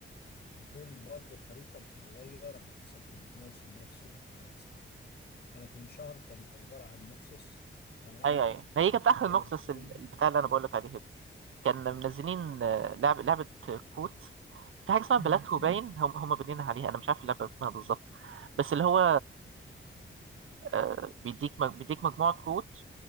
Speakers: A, on the left (about 55°); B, on the right (about 85°).
A: وكل برضو الخريطة بتتغير على حسب الموسم نفسه على حسب ال- كانت من شهر كانت عبارة عن نوكسس تمام
B: ايوه ايوه هي
A: دلوقتي
B: كانت اخر
A: يعني
B: نوكسس
A: الدنيا-
B: ال- البتاع اللي انا بقول لك عليه ده كان منزلين آه، لعب لعبه كوت في حاجه اسمها
A: <clears throat>
B: بلاتو باين هم هم بنينا عليها انا مش عارف اللعبه اسمها بالظبط بس اللي هو آه، بيديك مج- بيديك مجموعه كروت